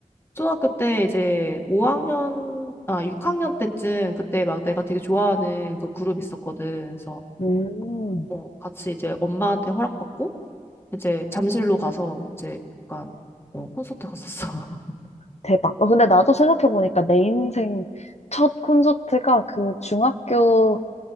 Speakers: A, on the left (about 15°); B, on the left (about 55°).
A: 초등학교 때 이제 5학년, 아, 6학년 때쯤 그때 막 내가 되게 좋아하는 그 그룹 있었거든. 그래서
B: 음,
A: 어, 같이 이제 엄마한테 허락받고 이제 잠실로 가서 이제 약간 어, 콘서트 갔었어. <laughs>
B: 대박. 어, 근데 나도 생각해보니까 내 인생 첫 콘서트가 그 중학교